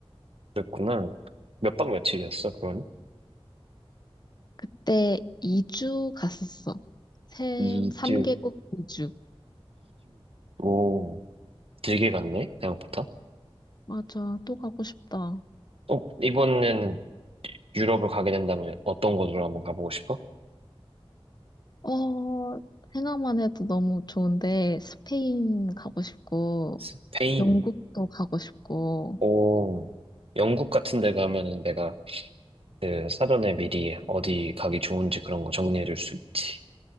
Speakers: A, on the right; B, on the left.
A: 그랬구나. 몇박 며칠이었어, 그건?
B: 그때 이주 갔었어. 세,
A: 이주이주
B: 3개국 이주
A: 오, 길게 갔네, 생각보다.
B: 맞아. 또 가고 싶다.
A: 어, 이번에는 유럽을 가게 된다면 어떤 곳으로 한번 가보고 싶어?
B: 어, 생각만 해도 너무 좋은데, 스페인 가고 싶고,
A: 스페인.
B: 영국도 가고 싶고,
A: 오, 영국 같은 데 가면은 내가 그 사전에 미리 어디 가기 좋은지 그런 거 정리해 줄 수 있지.